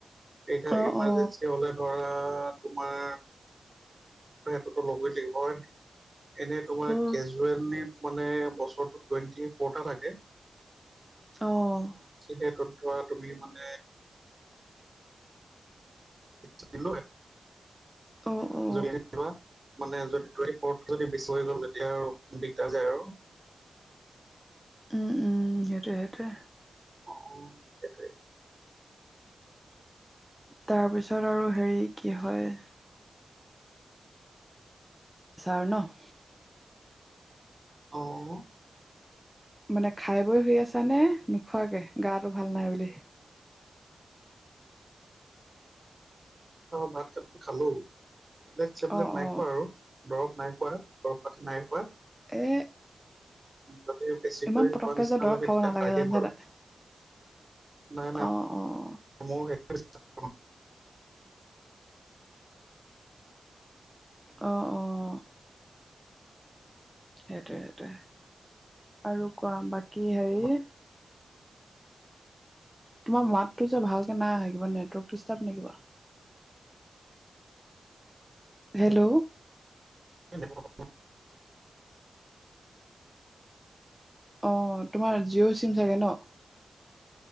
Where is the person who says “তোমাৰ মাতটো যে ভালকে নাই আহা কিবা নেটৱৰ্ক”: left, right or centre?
Centre